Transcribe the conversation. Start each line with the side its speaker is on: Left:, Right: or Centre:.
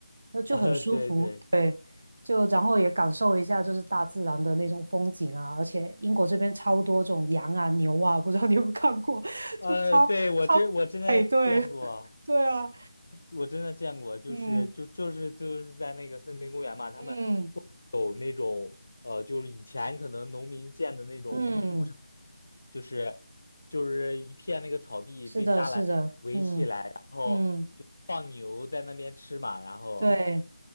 Right: 那就很舒服，
Left: <laughs> 呃对对
Right: 对，就然后也感受一下就是大自然的那种风景啊，而且英国这边超多这种羊啊牛啊，不知道你有没有看过，<laughs>
Left: 呃对我真我真的见过。
Right: 就超超，哎，对对啊，
Left: 我真的见过，就是就就是就是在那个森林公园嘛，
Right: 嗯
Left: 他们
Right: 嗯
Left: 有那种呃，就是以前可能农民建的那种牧场，
Right: 嗯，
Left: 就是就是一片那个草地被栅栏围起来，
Right: 是的，是的，嗯
Left: 然后就放牛在那边吃嘛，
Right: 嗯，
Left: 然后
Right: 对，